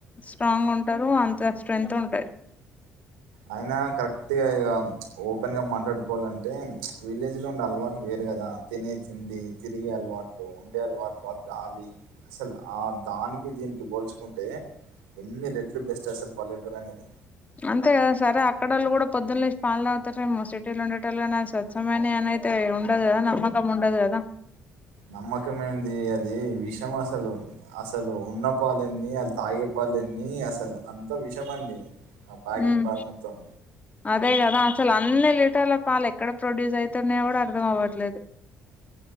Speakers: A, on the left; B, on the right.
A: స్ట్రాంగ్ ఉంటరు అంత స్ట్రెంత్ ఉంటది
B: అయినా కరెక్ట్ గా ఇ ఓపెన్గా మాట్లాడుకోలంటే విలేజ్లో ఉండే అలవాటు వేర్ కదా తినే తిండి తిరిగే అలవాట్లు ఉండే అలవాట్లు గాలి అసలు ఆ దానికి దీనికి పోల్చుకుంటే ఎన్ని రెట్లు బెస్ట్ అసలు పల్లెటూరు అనేది
A: అంతే కదా సరే అక్కడళ్ళు కూడా పొద్దున్ లేసి పాలు తాగుతారేమో సిటీలు ఉండేటలుగా నా స్వచ్ఛమైన అనైతే ఉండదు కదా నమ్మకం ఉండదు కద
B: నమ్మకం ఏంది అది విషం అసలు అసలు ఉన్న పాలేన్ని అది తాగే ప పాలెన్ని అస్ అసలు అంత విషమ అండి ఆ ప్యాకెట్
A: మ్
B: పాలు మొత్తం
A: అదే కదా అసలు అన్ని లీటర్ల పాలు ఎక్కడ ప్రొడ్యూస్ అయితున్నయో కూడా అర్థం అవ్వట్లేదు